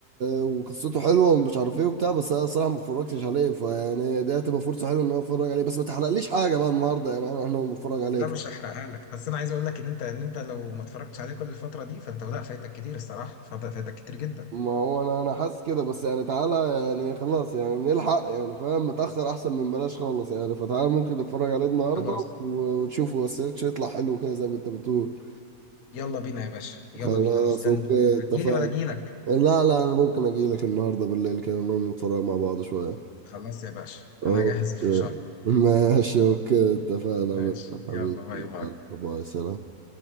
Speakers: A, on the right (about 60°); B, on the left (about 75°).
A: وقصته حلوه ومش عارف ايه وبتاع بس انا صراحه ما اتفرجتش عليه فيعني دي هتبقى فرصه حلوه ان انا اتفرج عليه بس ما تحرقليش حاجه بقى النهارده يعني انا أنا هتفرج عليه
B: لا مش هحرقها لك بس انا عايز اقول لك ان انت ان انت لو ما اتفرجتش عليه كل الفتره دي فانت لا فايتك كتير الصراحه فايتك فايتك كتير جدا
A: ما هو انا انا حاسس كده بس يعني تعالى يعني خلاص يعني نلحق يعني فاهم متأخر احسن من بلاش خالص يعني فتعالى ممكن نتفرج عليه النهارده
B: خلاص
A: و- وتشوفه بس يطلع حلو كده زي ما انت بتقول
B: يلا بينا يا باشا يلا
A: خلاص
B: بينا انا مستنيك
A: اوكي اتفقنا
B: هتجيلي ولا اجيلك
A: لا لا انا ممكن اجي لك النهارده بالليل كده نقوم نتفرج مع بعض شويه
B: خلاص يا باشا
A: اوكي
B: انا هجهز الفشار
A: <laughs> ماشي اوكي اتفقنا
B: ماشي
A: حبيبي
B: يلا باي باي
A: يلا باي سلام